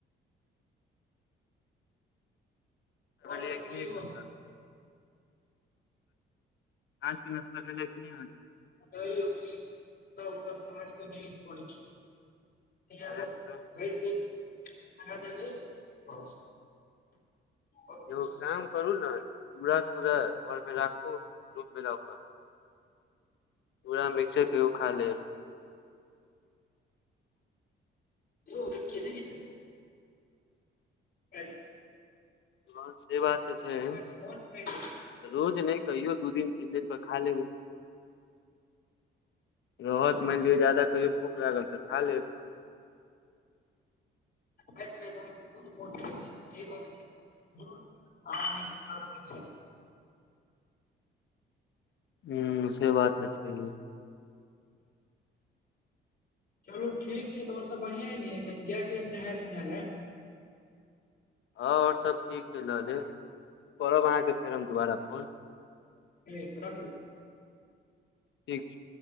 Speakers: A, on the left; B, on the left.
A: तगी
B: और सब
A: की
B: कहियो
A: नहि एक घंटा <unintelligible> आजके नश्ता भेलै कि नहि अहाँके
B: बतैयो कि तब तऽ सांझ कऽ नै परै छै इ
A: अरे
B: आदत
A: तऽ
B: भरि दिन खाना देबै बस आओर किछु
A: यौ एगो
B: नहि
A: काम करु नऽ चूरा तूरा घरमे राखु रूममे ला कऽ चुरा मिक्सचर कहियो खा लेब
B: कियौ ठीक छियै दीदी के <unintelligible> काटि <unintelligible>
A: हँ से बात तऽ छै
B: अहाँके मोन थाकि जायत
A: रोज नहि कहियो दू दिन तीन दिन पर खा लेबै रहत मानि लिअ जादा कहियौ भूख लागल तऽ खा लेब <inaudible>
B: राति के तऽ अहाँके दुगो फोन करै छी इहे कहबैन कि दुर अहाँके नहि कर के छै <unintelligible>
A: ह्म से बात छै। है
B: चलू, ठीक छै। तऽ आओर सभ बढ़ियाँ ने? कनी जाय के नहाय सुनाय ले।
A: हँ, आओर सभ ठीक चलि रहल अइ। करब अहाँकेँ फेर दोबारा फोन।
B: ठीक रखू।
A: ठीक छै।